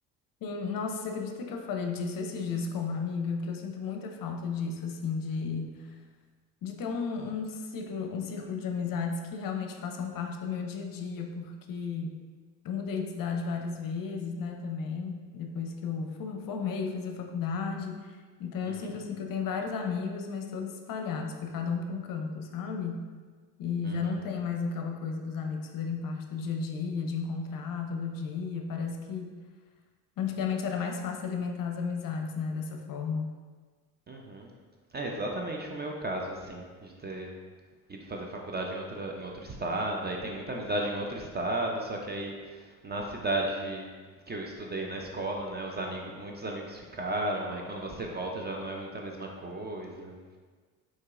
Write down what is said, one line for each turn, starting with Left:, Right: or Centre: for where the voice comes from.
Left: Sim, nossa, você acredita que eu falei disso esses dias com uma amiga? Que eu sinto muita falta disso, assim, de, de ter um, um ciclo, um círculo de amizades que realmente façam parte do meu dia a dia, porque eu mudei de cidade várias vezes, né, também, depois que eu for- formei, fui fazer faculdade. Então eu
Right: Uhum.
Left: sinto, assim, que eu tenho vários amigos, mas todos espalhados, foi cada um para um canto, sabe? E
Right: Uhum.
Left: já não tem mais aquela coisa dos amigos fazerem parte do dia a dia, de encontrar todo dia. Parece que antigamente era mais fácil alimentar as amizades, né, dessa forma.
Right: Uhum. É exatamente o meu caso, assim, de ter ido fazer faculdade em outra, em outro estado, aí tem muita amizade em outro estado, só que aí na cidade que eu estudei na escola, né, os amigos, muitos amigos ficaram, aí quando você volta já não é muito a mesma coisa.